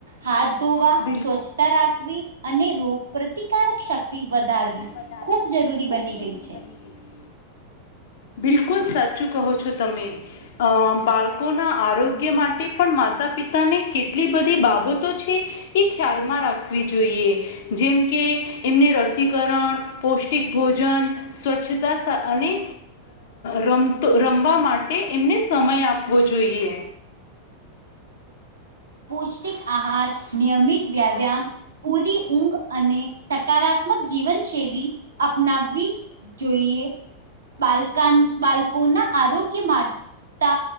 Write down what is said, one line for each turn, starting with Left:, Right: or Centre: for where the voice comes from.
Right: હાથ
Left: બિલ-
Right: ધોવા
Left: બિલ
Right: સ્વચ્છતા રાખ. વિ અને રોગ પ્રતિકારક શક્તિ વધારવી
Left: વધારે
Right: ખૂબ જરૂરી
Left: ખૂબ
Right: બની
Left: જરૂરી
Right: ગઈ છે.
Left: બની ગઈ. બિલકુલ સાચું કહો છો તમે. અ બાળકોના આરોગ્ય માટે પણ માતા પિતાને કેટલી બધી બાબતો છે. એ ખ્યાલમાં રાખવી જોઈએ. જેમ કે એમને રસીકરણ પૌષ્ટિક ભોજન સ્વચ્છતા અને રમતો રમવા માટે એમને સમય આપવો જોઈએ.
Right: પૌષ્ટિક આહાર નિયમિત વ્યાયામ પૂરી ઊંઘ અને સકારાત્મક જીવન શૈલી અપનાવવી જોઈએ બાલકા બાળકોના આરોગ્ય મા. ત